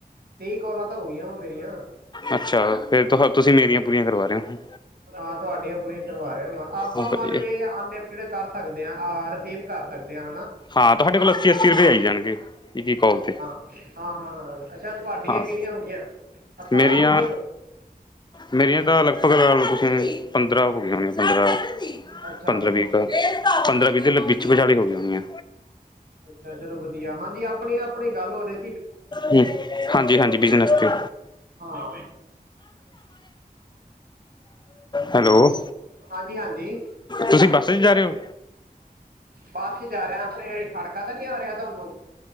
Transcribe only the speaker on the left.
ਅੱਛਾ ਫਿਰ ਤੁਹਾ ਤੁਸੀਂ ਮੇਰੀਆਂ ਪੂਰੀਆਂ ਕਰਵਾ ਰੇ ਓ।
ਹਾਂ
ਵਧੀਆ
ਹਾਂ ਤੁਹਾਡੇ ਕੋਲ ਅੱਸੀ-ਅੱਸੀ ਰੁਪਏ ਆਈ ਜਾਣਗੇ, ਇੱਕ-ਇੱਕ ਕਾਲ 'ਤੇ।
ਹਾਂ
ਮੇਰੀਆਂ ਮੇਰੀਆਂ ਤਾਂ ਲਗਭਗ ਲਾ ਲੋ ਤੁਸੀਂ ਪੰਦਰਾਂ ਹੋਗੀਆਂ ਹੋਣੀਆਂ ਪੰਦਰਾਂ
ਪੰਦਰਾਂ-ਵੀਹ ਕ ਪੰਦਰਾਂ-ਵੀਹ ਦੇ ਲ ਵਿੱਚ ਵਿਚਾਲੇ ਈ ਹੋਗੀਆ ਹੋਣੀਆਂ।
ਹੂੰ ਹਾਂਜੀ-ਹਾਂਜੀ ਬਿਜ਼ਨਸ 'ਤੇ।
ਹੈਲੋ
ਤੁਸੀਂ ਬੱਸ 'ਚ ਜਾ ਰੇ ਓ?